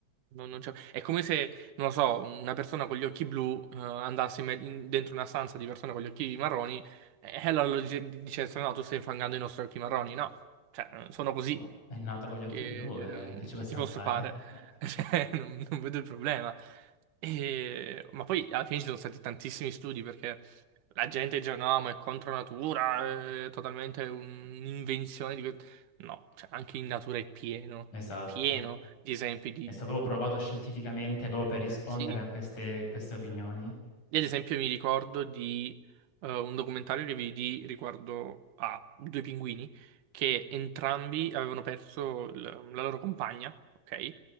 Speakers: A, on the right; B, on the left.
A: non, non c'è- è come se, non lo so, una persona con gli occhi blu eh, andasse in me- in- dentro una stanza di persone con gli occhi marroni e allora lo dice, dice, no, tu stai infangando i nostri occhi marroni, no, cioè eh, sono così
B: No, è nato con gli occhi
A: che,
B: blu,
A: ehm,
B: eh, che ci possiamo
A: che ti posso
B: fare?
A: fare?
B: Eh,
A: <laughs> Cioè, non, non vedo il problema. E- ma poi alla fine ci sono stati tantissimi studi perché la gente dice no, ma è contro natura, è totalmente un'invenzione di que-". No, cioè, anche in natura è pieno,
B: Esatto.
A: è pieno di esempi di...
B: È stato proprio provato scientificamente proprio per rispondere
A: Sì.
B: a queste queste opinioni.
A: Io ad esempio mi ricordo di eh, un documentario che vidi riguardo a due pinguini che entrambi avevano perso il- la loro compagna, ok?